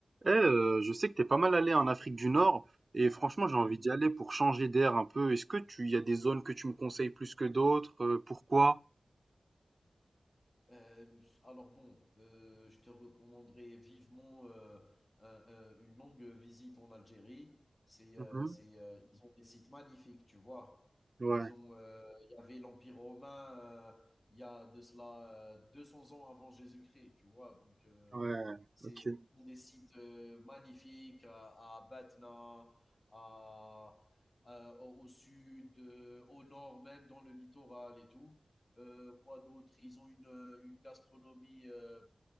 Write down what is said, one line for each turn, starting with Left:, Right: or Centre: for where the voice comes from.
Right: Eh, euh, je sais que t'es pas mal allé en Afrique du Nord et franchement j'ai
Left: Oui,
Right: envie d'y aller pour changer d'air un peu. Est-ce que tu y a des zones que tu me conseilles plus que d'autres? Euh, pourquoi?
Left: heu, alors bon, heu, je te recommanderais vivement, heu, un un une longue visite en Algérie. C'est,
Right: Mhm.
Left: heu c'est, heu, ils ont des sites magnifiques, tu vois?
Right: Ouais,
Left: Ils ont, heu, il y avait l'Empire romain, heu, il y a de cela, euh, 200 ans avant Jésus-Christ, tu vois? Donc, heu,
Right: ouais,
Left: c'est
Right: ok,
Left: ils ont des sites, heu, magnifiques à à Batna, à à au au sud, heu, au nord, même dans le littoral et tout. Euh, quoi d'autre Ils ont une, euh, une gastronomie euh,